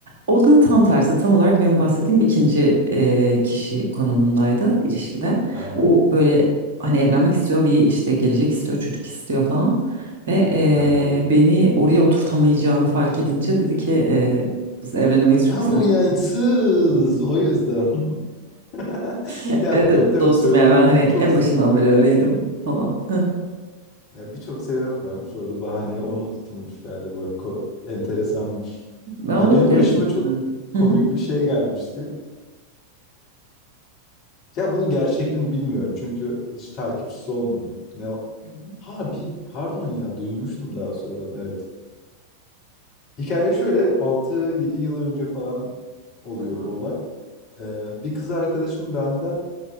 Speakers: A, on the right; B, on the left.
A: O da tam tersi, tam olarak benim bahsettiğim ikinci e, kişi konumundaydı ilişkide.
B: Aha.
A: O böyle hani evlenmek istiyor, bir işte gelecek istiyor, çocuk istiyor falan. Ve e,
B: Aha.
A: beni oraya oturtamayacağını fark edince dedi ki e, biz evlenemeyiz çünkü
B: Ha
A: sen...
B: bu inançsız.
A: <laughs>
B: O yüzden. <laughs>
A: Evet
B: Ya birçok
A: evet,
B: tabii
A: dostum
B: söylediğin
A: yani ben
B: gibi
A: hani
B: birçok
A: en başından beri öyleydim falan. Heh,
B: ya birçok sebep varmış. Orada bahaneye onu tutulmuş galiba. Ko- enteresanmış.
A: ben olabilirim.
B: Ya benim başıma
A: bilmiyorum.
B: çok komik
A: Hı hı.
B: bir şey gelmişti. Ya bunun gerçekliğini bilmiyorum çünkü hiç takipçisi olmadım. Ne o-
A: Hı hı,
B: Ha bir pardon ya duymuştum daha sonradan evet. Hikaye şöyle altı yedi yıl önce falan oluyor
A: Tamam.
B: bu olay. Ee, bir kız arkadaşım benden